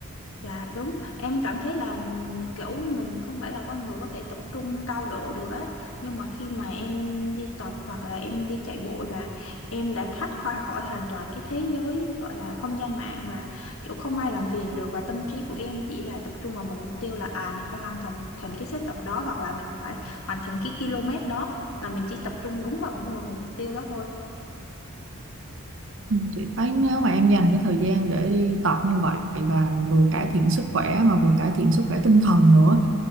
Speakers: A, on the left (about 75°); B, on the right (about 60°).
A: là đúng em cảm thấy là ừm, kiểu mình không phải là con người có thể tập trung cao độ được á nhưng mà khi mà em đi tập hoặc là em đi chạy bộ là em đã thoát khỏi khỏi hoàn toàn cái thế giới gọi là không gian mạng và kiểu không ai làm phiền được và tâm trí của em chỉ là tập trung vào một mục tiêu là à mình phải hoàn thành thành cái set tập đó hoặc là mình phải hoàn thành cái km đó là mình chỉ tập trung đúng vào một cái một mục tiêu đó thôi
B: Ừ, Chị thấy nếu mà em dành cái thời gian để đi tập như vậy và vừa cải thiện sức khỏe mà vừa cải thiện sức khỏe tinh thần nữa